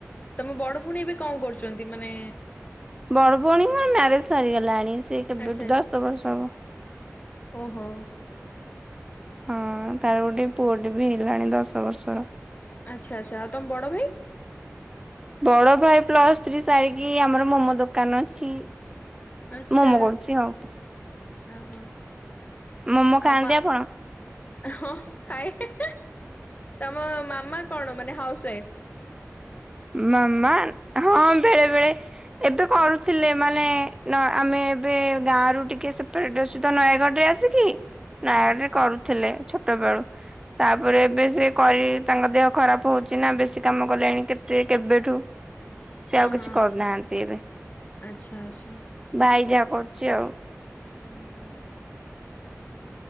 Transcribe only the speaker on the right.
ବଡ ଭଉଣୀଙ୍କର ମ୍ୟାରେଜ ସରିଗଲାଣି, ସିଏ କେବେଠୁ
ଦଶ ବର୍ଷ ହବ।
ହଁ, ତାର ଗୋଟେ ପୁଅଟେ ବି ହେଇଗଲାଣି ଦଶ ବର୍ଷର।
ବଡ ଭାଇ ପ୍ଲସ ଥ୍ରୀ ସାରିକି ଆମର ମୋମୋ ଦୋକାନ ଅଛି।
ମୋମୋ କରୁଛି ଆଉ
ମୋମୋ ଖାଆନ୍ତି
ଆପଣ?
ମାମା ହଁ ବେଳେ ବେଳେ ଏବେ କରୁଥିଲେ ମାନେ ନ ଆମେ ଏବେ ଗାଁରୁ ଟିକେ ସେପଟ ସୁଧା ନୟାଗଡରେ ଆସି କି
ନୟାଗଡରେ
କରୁଥିଲେ ଛୋଟବେଳୁ ତାପରେ ଏବେ ସେ କରି ତାଙ୍କ ଦେହ ଖରାପ ହୋଉଚି ନା ବେଶୀ କାମ କଲେଣି କେ ତେ କେବେଠୁ ସେ
ଆଉ କିଛି
କରୁନାହାନ୍ତି ଏବେ।
ଭାଇ ଯାହା କରୁଚି ଆଉ।